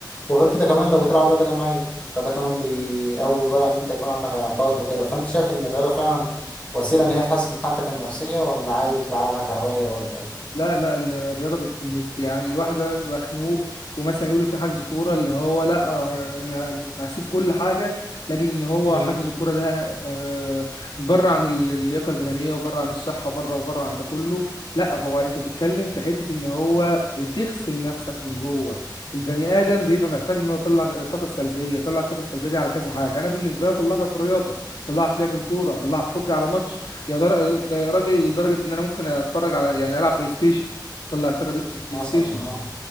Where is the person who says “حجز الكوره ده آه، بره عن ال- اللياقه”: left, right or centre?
Left